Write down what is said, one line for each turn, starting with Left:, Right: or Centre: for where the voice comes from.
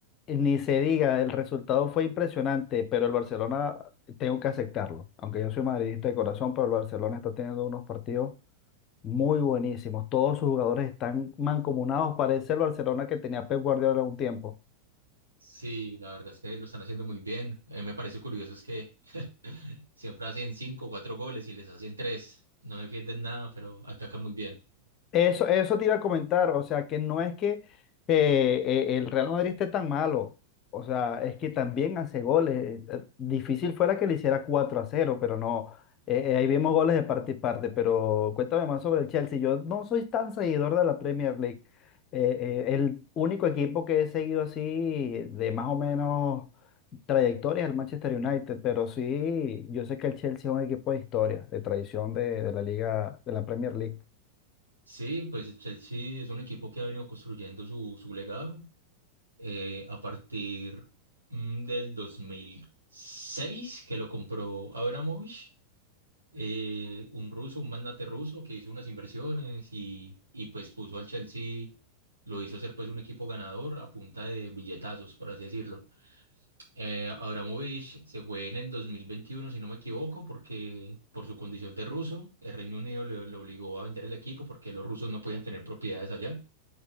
Left: eh, ni se diga, el resultado fue impresionante, pero el Barcelona, tengo que aceptarlo, aunque yo soy madridista de corazón, pero el Barcelona está teniendo unos partidos muy buenísimos, todos sus jugadores están mancomunados, parece el Barcelona que tenía Pep Guardiola un tiempo.
Right: Sí, la verdad es que lo están haciendo muy bien. A mí me parece curioso es que <laughs> siempre hacen cinco o cuatro goles y les hacen tres. No defienden nada, pero atacan muy bien.
Left: Eso, eso te iba a comentar, o sea, que no es que eh, eh, el Real Madrid esté tan malo, o sea, es que también hace goles. eh, Difícil fuera que le hiciera 4 a cero pero no, eh, eh, ahí vemos goles de parte y parte, pero cuéntame más sobre el Chelsea. Yo no soy tan seguidor de la Premier League. Eh, eh, el único equipo que he seguido así de más o menos trayectoria es el Manchester United, pero sí, yo sé que el Chelsea es un equipo de historia, de tradición de, de la liga, de la Premier League.
Right: Sí, pues el Chelsea es un equipo que ha venido construyendo su, su legado eh, a partir mm, del 2006, que lo compró Abramovich, eh, un ruso, un magnate ruso que hizo unas inversiones y, y pues puso al Chelsea, lo hizo ser pues un equipo ganador a punta de billetazos, por así decirlo. Eh, Abramovich se fue en el 2021, si no me equivoco, porque por su condición de ruso, el Reino Unido le, le obligó a vender el equipo porque los rusos no podían tener propiedades allá.